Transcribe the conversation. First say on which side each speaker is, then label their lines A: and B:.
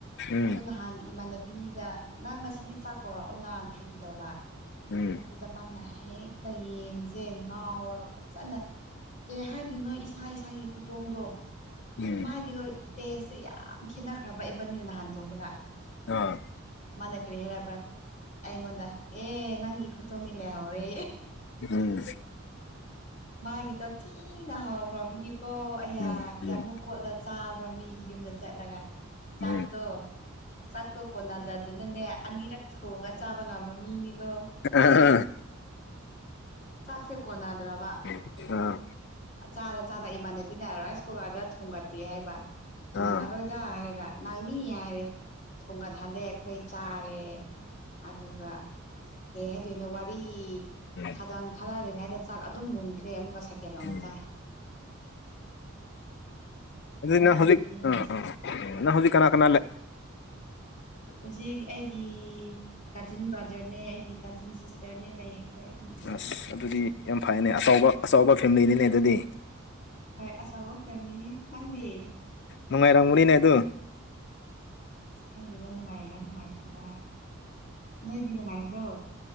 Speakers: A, on the left; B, on the left.
A: ꯎꯝ
B: ꯑ ꯅꯍꯥꯟ ꯏꯃꯥꯟꯅ ꯕꯤꯗ ꯅꯪ ꯉꯁꯤꯗꯤ ꯆꯥꯛ ꯀꯧꯔꯛꯑꯣ ꯅꯅ ꯐꯈꯤꯗꯧꯕ
A: ꯎꯝ
B: ꯑꯗꯨꯗ ꯃꯥꯟꯅꯩ ꯍꯥꯏ ꯍꯦꯛꯇ ꯌꯦꯟꯁꯦ ꯉꯥꯎꯔꯒ ꯐꯖꯅ ꯀꯩ ꯍꯥꯏꯗꯨꯣꯏꯅꯣ ꯏꯁꯥ ꯏꯁꯥꯒꯤ ꯈꯨꯇꯣꯡꯗꯣ
A: ꯎꯝ
B: ꯃꯥꯒꯤꯗꯣ ꯇꯦꯁꯁꯦ ꯌꯥꯝ ꯈꯦꯠꯅꯈ꯭ꯔꯕ ꯏꯕꯅꯤꯅ ꯅꯍꯥꯟ ꯊꯣꯡꯕꯒ
A: ꯑꯥ
B: ꯃꯗ ꯀꯔꯤꯦ ꯍꯥꯏꯔꯔꯕ꯭ꯔꯥ ꯑꯩꯉꯣꯟꯗ ꯑꯦ ꯅꯪꯒꯤꯤ ꯈꯨꯇꯣꯡꯅꯤ ꯂꯩꯦ ꯍꯥꯎꯔꯦ
A: ꯎꯝ
B: ꯃꯥꯒꯤꯗꯣ ꯊꯤꯅ ꯍꯥꯎꯈ꯭ꯔꯕꯒꯤꯀꯣ ꯑꯌꯥ
A: ꯎꯝ
B: ꯀꯌꯥꯃꯨꯛ
A: ꯎꯝ
B: ꯀꯣꯠꯂ ꯆꯥꯕ꯭ꯔꯥ ꯃꯤꯒꯤ ꯗ ꯆꯠꯂ ꯆꯥꯥꯛ
A: ꯎꯝ
B: ꯇꯣ ꯆꯥꯛꯠꯇꯣ ꯀꯣꯟꯅꯗꯗꯅꯅꯦ ꯑꯅꯤꯔꯛ ꯊꯣꯡꯉ ꯆꯥꯕ ꯉꯝꯕ ꯃꯤꯅꯤꯀꯣ
A: ꯑꯥ
B: ꯆꯥꯛꯁꯦ ꯀꯣꯟꯅꯗ꯭ꯔꯕ
A: ꯑ
B: ꯆꯥꯅ ꯆꯥꯅ ꯏꯃꯥꯟꯅꯕꯤꯅ ꯔꯥꯏꯁ ꯀꯨꯀꯔꯗ ꯊꯣꯡꯒꯠꯀꯦ ꯍꯥꯏꯕ
A: ꯑꯥ
B: ꯅꯪ ꯑꯔꯣꯏꯗ ꯍꯥꯏꯔꯒ ꯅꯪꯅꯤ ꯍꯥꯏꯔꯦ ꯊꯣꯡꯒ ꯍꯟꯗꯩ ꯑꯩꯈꯣꯏ ꯆꯥꯔꯦ ꯑꯗꯨꯒ ꯀꯩ ꯍꯥꯏꯗꯣꯏꯅꯣ ꯋꯥꯔꯤ
A: ꯎꯝ
B: ꯈꯗꯪ ꯊꯥꯅꯔꯤꯉꯥꯏꯗ ꯆꯥꯛ ꯑꯗꯨꯝ ꯃꯨꯟꯒ ꯑꯩꯣꯏ ꯑꯃꯨꯛꯀ ꯁꯦꯀꯦꯟ ꯔꯥꯎ
A: ꯎꯝ ꯎꯝ
B: ꯆꯥꯏ
A: ꯑꯗꯨ
B: ꯑꯅꯩꯕꯤꯅꯦ
A: ꯅꯪ ꯍꯧꯖꯤꯛ
B: ꯇꯧꯔꯤꯁꯦ
A: ꯑꯥ ꯑꯥ ꯅꯪ ꯍꯧꯖꯤꯛ ꯀꯅꯥ ꯀꯅꯥꯂꯦ
B: ꯍꯧꯖꯤꯛ ꯑꯩꯒꯤ ꯀꯥꯖꯤꯟ ꯕ꯭ꯔꯥꯗꯔꯅꯦ ꯑꯩꯒꯤ ꯀꯥꯖꯤꯟ ꯁꯤꯁꯇꯔꯅꯦ ꯂꯩꯌꯦ ꯑꯩꯈꯣꯏ ꯑꯍꯨꯝ
A: ꯑꯁ ꯑꯗꯨꯗꯤ ꯌꯥꯝ ꯐꯩꯅꯦ ꯑꯆꯧꯕ ꯑꯆꯕ ꯐꯦꯃꯤꯂꯤꯅꯤꯅꯦ ꯑꯗꯨꯗꯤ
B: ꯍꯣꯏ ꯑꯆꯧꯕ ꯐꯦꯃꯤꯂꯤꯅꯦ ꯅꯪꯗꯤ
A: ꯅꯨꯡꯉꯥꯏꯔꯔꯤꯅ ꯇꯣ
B: ꯈꯪꯗꯦꯗ ꯅꯨꯡꯉꯥꯏꯔꯥ ꯅꯨꯡꯉꯥꯏꯇ꯭ꯔꯤꯔꯥ ꯅꯣꯏꯗꯤ ꯅꯨꯡꯉꯥꯏꯕ꯭ꯔꯣ